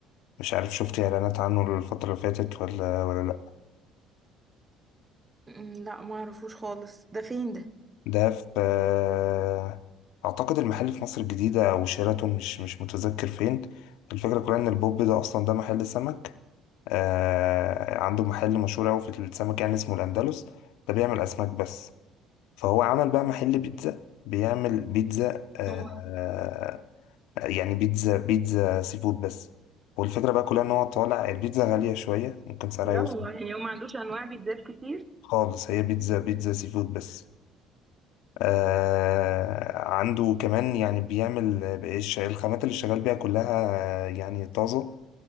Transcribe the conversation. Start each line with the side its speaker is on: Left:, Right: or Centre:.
Left: مش عارف شفت اعلانات عنه الفتره اللي فاتت ولا ولا لأ.
Right: مم، لا ما اعرفوش خالص ده فين ده
Left: ده في آه، اعتقد المحل في مصر الجديدة او شيراتون مش مش متذكر فين الفكرة كلها ان البوب ده اصلا ده محل سمك آه، عنده محل مشهور اوي في السمك يعني اسمه الاندلس ده بيعمل اسماك بس فهو عمل بقى محل بيتزا بيعمل بيتزا آه،
Right: مم.
Left: يعني بيتزا بيتزا سي فود بس والفكرة بقى كلها ان هو طالع البيتزا غالية شوية ممكن سعرها
Right: لا
Left: يوصل
Right: والله يعني هو ما عندوش انواع بيتزات كتير
Left: خالص هي بيتزا بيتزا سي فود بس آه عنده كمان يعني بيعمل الش- الخامات اللي شغال بيها كلها يعني طازة